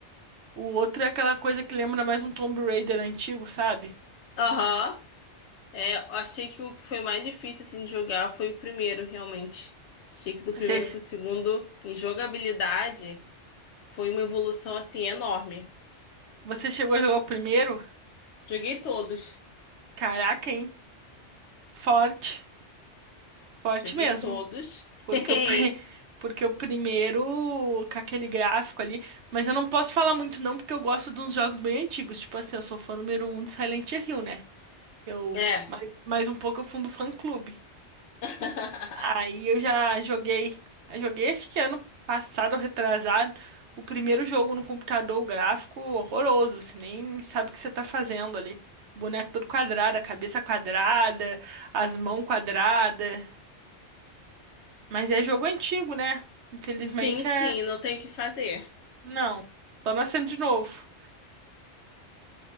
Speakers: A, on the right; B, on the left.
A: O outro é aquela coisa que lembra mais um Tomb Raider antigo, sabe?
B: Aham. É, eu achei que o que foi mais difícil assim de jogar foi o primeiro, realmente. Achei que do
A: Você,
B: primeiro pro segundo, em jogabilidade, foi uma evolução assim enorme.
A: você chegou a jogar o primeiro?
B: Joguei todos.
A: Caraca, hein? Forte. Forte
B: Joguei
A: mesmo.
B: todos.
A: Porque
B: <laughs>
A: o, pri- <laughs> porque o primeiro, com aquele gráfico ali. Mas eu não posso falar muito, não, porque eu gosto de uns jogos bem antigos. Tipo assim, eu sou fã número um de Silent Hill, né? Eu,
B: É.
A: mais, mais um pouco eu fundo fã-clube.
B: <laughs>
A: Aí eu já joguei, eu joguei acho que ano passado ou retrasado, o primeiro jogo no computador, o gráfico horroroso, você nem sabe o que você tá fazendo ali. O boneco todo quadrado, a cabeça quadrada, as mãos quadradas. Mas é jogo antigo, né? Infelizmente
B: Sim, sim,
A: é.
B: não tem o que fazer.
A: Não, tô nascendo de novo.